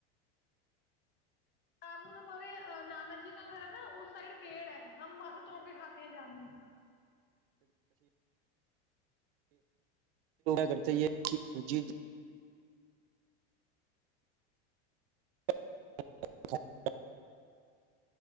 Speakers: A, on the left (about 30°); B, on the right (about 55°).
A: جامن ہمارے نانا جی کا گھر ہے نا اس سائڈ پیڑ ہے ہم وہاں سے توڑ کے کھاتے ہیں جامن
B: کرتے یہ ج بہار کی اوج عا رہی ہے